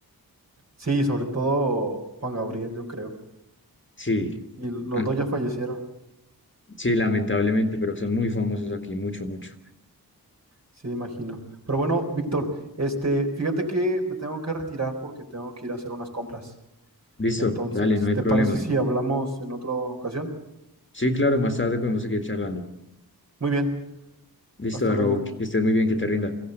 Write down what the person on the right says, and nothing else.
Sí, sobre todo Juan Gabriel, yo creo.
Y los
dos ya fallecieron,
sí, imagino. Pero bueno, Víctor, este, fíjate que me tengo que retirar porque tengo que ir a hacer unas compras.
Entonces,
¿te
parece si hablamos en otra ocasión?
Muy bien,
hasta luego.